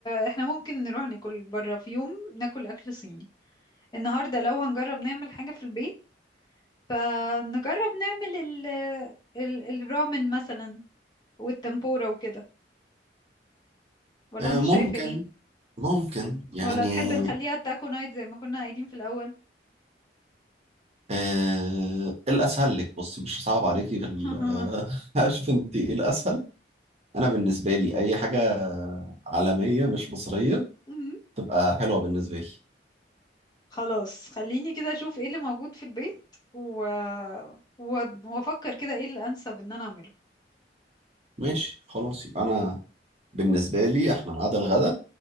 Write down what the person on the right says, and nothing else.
آه،
ممكن
ممكن يعني
آه إيه الاسهل لك بصي مش صعب عليكي في ال-
<laughs> آه، اشوف انت ايه الاسهل انا بالنسبه لي اي حاجه عالميه مش مصريه
تبقى حلوه بالنسبه لي
ماشي خلاص يبقى انا بالنسبه لي احنا ميعاد الغدا